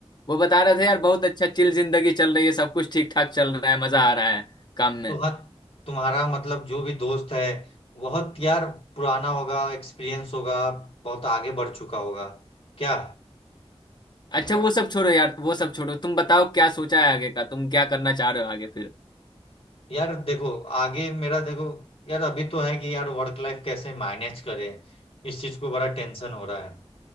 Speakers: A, on the left; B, on the left.
A: वो बता रहे थे यार बहुत अच्छा चिल जिंदगी चल रही है सब कुछ ठीक ठाक चल रहा है मजा आ रहा है काम
B: तो
A: में
B: हाँ तुम्हारा मतलब जो भी दोस्त है बहुत यार पुराना होगा एक्सपीरियंस होगा बहुत आगे बढ़ चुका होगा क्या
A: अच्छा वो सब छोड़ो यार वो सब छोड़ो तुम बताओ क्या सोचा है आगे का तुम क्या करना चाह रहे हो आगे फिर
B: यार देखो आगे मेरा देखो यार अभी तो है कि यार वर्क लाइफ कैसे मैनेज करें इस चीज को बड़ा टेंशन हो रहा है